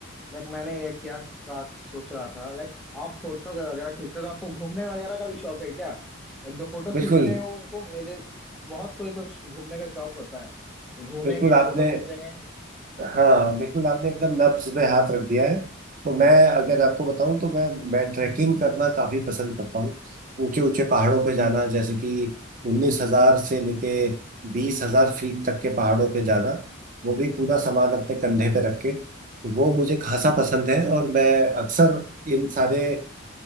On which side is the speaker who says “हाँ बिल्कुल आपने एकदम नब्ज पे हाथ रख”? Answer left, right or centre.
Right